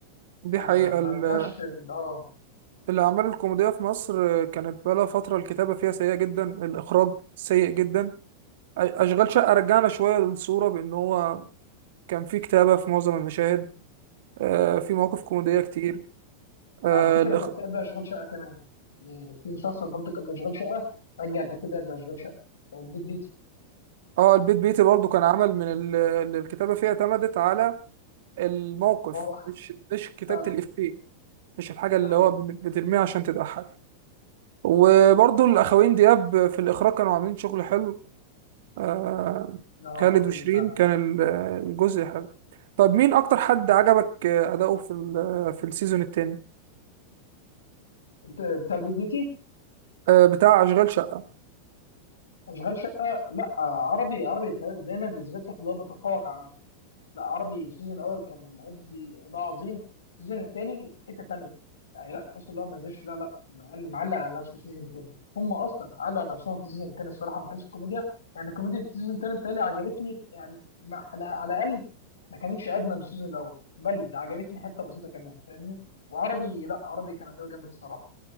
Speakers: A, on the right (about 55°); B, on the left (about 60°).
A: دي
B: آه
A: حقيقة ال-
B: ما رجعش ال- اه
A: الاعمال الكوميدية في مصر آه، كانت بقالها فترة الكتابة فيها سيئة جدا الاخراج سيء جدا أ- اشغال شقة رجعنا شوية للصورة بان هو كان في كتابة في معظم المشاهد آه، في مواقف كوميدية كتير اه
B: وعلى فكره
A: الإخ-
B: كان في قبل اشغال شقه كمان يعني في مسلسل برضه قبل اشغال شقه رجع الحته دي قبل اشغال شقه بتاع البيت بيتي
A: آه، البيت بيتي برضو كان عمل من ال- اللي الكتابة فيها اعتمدت على الموقف
B: واقع
A: مش مش كتابة
B: فعلا
A: الإفيه مش الحاجة اللي
B: ده حقيقي
A: هو بن- بترميها عشان تضحك وبرضو الأخوين دياب في الإخراج كانوا عاملين شغل حلو آه
B: ده
A: خالد
B: حقيقي
A: وشيرين
B: فعلا
A: كان ال- الجزء حلو طب مين أكتر حد عجبك آه، أداؤه في ال- في السيزون التاني
B: بت- بتاع البيت بيتي
A: آه بتاع أشغال شقة
B: اشغال شقه لا آه، عربي عربي دايما بيثبت لك اللي هو بيتفوق على نفسه لا عربي السيزون الاول كان مأدي اداء عظيم السيزون الثاني في حته ثانيه يعني لا تحس ان هو ما نزلش لا لا معل- معلق على نفسه السيزون الثاني هم اصلا علقوا على نفسهم في السيزون الثاني الصراحه من حيث الكوميديا يعني كوميديا السيزون الثاني بتهيألي عجبتني يعني ما على على الاقل ما كانتش ادنى من السيزون الاول بل ده عجبتني حته بسيطه كمان فاهمني وعربي لا عربي كان اداء جامد الصراحه